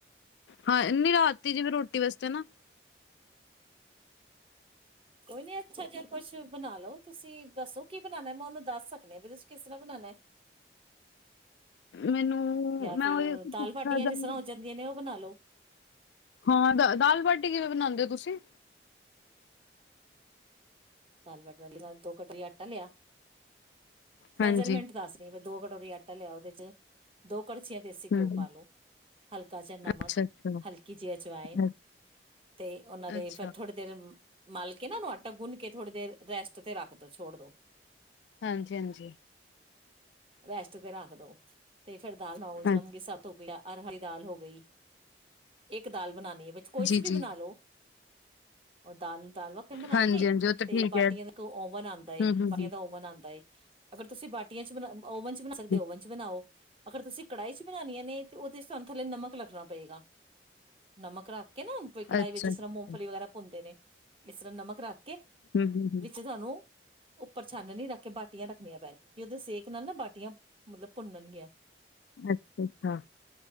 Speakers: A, on the left; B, on the right.
A: ਹਾਂ, ਨੀ ਰਾਤੀ ਜਿਵੇਂ ਰੋਟੀ ਵਸਤੇ ਨਾ
B: ਕੋਈ ਨੀ ਅੱਛਾ ਜਿਹਾ ਕੁਛ ਬਣਾ ਲੋ, ਤੁਸੀਂ ਦੱਸੋ ਕੀ ਬਨਾਲੋ, ਮੈਂ ਉਹਨੂੰ ਦੱਸ ਸਕਦੀ ਆ ਵੀ ਤੁਸੀਂ ਕਿਸ ਤਰ੍ਹਾਂ ਬਨਾਨਾ।
A: ਮੈਨੂੰ
B: ਜਾਂ
A: ਮੈਂ
B: ਫਿਰ
A: ਉਹ ਪੁੱਛਣਾ
B: ਦਾਲ ਬਾਟੀਆਂ
A: ਚਾਹੁੰਦੀ
B: ਜਿਸ ਤਰ੍ਹਾਂ ਹੋ ਜਾਂਦੀਆਂ ਨੇ, ਉਹ ਬਣਾ ਲੋ।
A: ਹਾਂ, ਦ ਦਾਲ ਬਾਟੀ ਕਿਵੇਂ ਬਣਾਉਂਦੇ ਹੋ ਤੁਸੀਂ?
B: ਦਾਲ ਬਾਟੀ ਨਾਲ ਦੋ ਕਟੋਰੀ ਆਟਾ ਲਿਆ
A: ਹਾਂਜੀ
B: ਮੇਜਰਮੈਂਟ ਦੱਸ ਰਹੀ ਦੋ, ਕਟੋਰੀ ਆ ਟਾ ਲਿਆ, ਉਹਦੇ ਚ ਦੋ ਕੜਚੀਆਂ ਦੇਸੀ
A: ਹਮ
B: ਘਿਉ ਪਾ
A: ਹਮ,
B: ਲਉ, ਹਲਕਾ ਜਿਹਾ ਨਮਕ
A: ਅੱਛਾ ਅੱਛਾ
B: ਹਲਕੀ ਜਿਹੀ ਅਜਵਾਇਨ
A: ਅ-
B: ਤੇ, ਉਹਨਾਂ ਦੇ
A: ਅੱਛਾ
B: ਫਿਰ ਥੋੜ੍ਹੀ ਦੇਰ ਮਾਲ ਕੇ ਨਾ, ਉਹਨੂੰ ਆਟਾ ਗੁੰਨ ਕੇ, ਥੋੜੀ ਦੇਰ ਰੈਸਟ ਤੇ ਰੱਖ ਦੋ ਛੋੜ ਦੋ
A: ਹਾਂਜੀ, ਹਾਂਜੀ।
B: ਰੈਸਟ ਤੇ ਰੱਖ ਦੋ ਤੇ ਫੇਰ ਦਾਲ <unintelligible>
A: ਹਾਂ,
B: ਸਬ ਧੋਕੇ ਲਿਆ ਅਰ ਹਲੀ ਦਾਲ ਹੋ ਗਈ, ਇੱਕ ਇੱਕ ਦਾਲ ਬਣਾਣੀ ਆ, ਵਿੱਚ ਕੋਈ
A: ਜੀ
B: ਸੀ ਵੀ
A: ਜੀ
B: ਬਣਾਲੋ। ਅ ਦਾਲ ਦਾਲ ਮੱਖਣ ਬਣਾ
A: ਹਾਂਜੀ
B: ਕੇ
A: ਹਾਂਜੀ ਉਹ ਤਾਂ
B: ਤੇ
A: ਠੀਕ
B: ਬਾਟੀਆਂ
A: ਹੈ
B: ਦਾ ਇਕ ਓਵਨ ਆਦਾ
A: ਹਮ
B: ਏ,
A: ਹਮ
B: ਬਾਟੀਆਂ
A: ਹਮ,
B: ਦਾ ਓਵਨ ਆਦਾ। ਅਗਰ ਤੁਸੀਂ ਬਾ ਟੀਆਂ ਚ ਬ ਓਵਨ ਚ ਬਣਾ ਸਕਦੇ
A: ਹਮ,
B: ਔ ਓਵਨ ਚ ਬਣਾਓ। ਅਗਰ ਤੁਸੀਂ ਕੜਾਹੀ ਚ ਬਣਾਨੀਆਂ ਨੇ ਤੇ, ਉਹਦੇ ਸਾਨੂੰ ਥੱਲੇ ਨਮਕ ਲੱਗਣਾ ਪਏਗਾ ਨਮਕ ਰੱਖ ਕ ਨਾ ਵਹੀ ਕੜਾਈ
A: ਅੱਛਾ
B: ਵਿੱਚ ਜਿਸ ਤਰ੍ਹਾਂ ਮੂੰਗਫਲੀ
A: ਹਮ
B: ਵਗੈਰਾ ਭੁੰਨ ਦੇ ਨੇ ਇਸ ਤਰਾ ਨਮਕ ਰੱਖ ਕੇ
A: ਹਮ ਹਮ,
B: ਵਿੱਚ ਤੁਹਾਨੂੰ ਉਪਰ ਛਾਨਣੀ ਰੱਖ ਕੇ ਬਾਟੀਆ ਰੱਖਣੀਆਂ ਪੈਣ ਗਿਆਂ ਕਿ ਉਹਦੇ ਸੇਕ ਨਾਲ ਨਾ ਬਾਟੀਆ ਮਤਲਬ ਭੁੰਨਣ ਗਿਆ।
A: ਅੱਛ-ਅੱਛਾ।